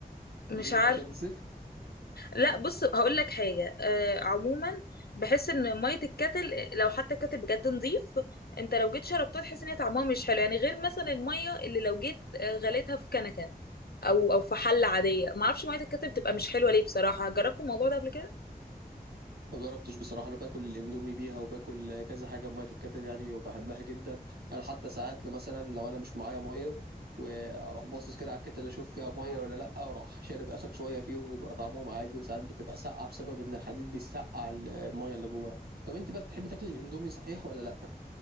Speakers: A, on the left; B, on the right.
A: مش
B: ليه
A: عارفه
B: عشان زفت
A: لا بص هقول لك حاجه آه عموما بحس ان ميه الكتل لو حتى الكتل بجد نظيف انت لو جيت شربتها تحس ان هي طعمها مش حلو يعني غير مثلا الميه اللي لو جيت آه، غليتها في كنكه او او في حله عاديه ما اعرفش ميه الكتل بتبقى مش حلوه ليه بصراحه جربت الموضوع ده قبل كده
B: ما جربتش بصراحه انا باكل الاندومي بيها وباكل كذا حاجه بميه الكتل يعني وبحبها جدا انا حتى ساعات مثلا لو انا مش معايا ميه واروح باصص كده على الكتل اشوف فيها ميه ولا لا واروح شارب اخر شويه فيهم يبقى طعمهم عادي وساعات بتبقى ساقعه بسبب ان الحديد بيسقع ال- الميه اللي جواها طب انت بقى بتحبي تاكلي الاندومي صحيح ولا لا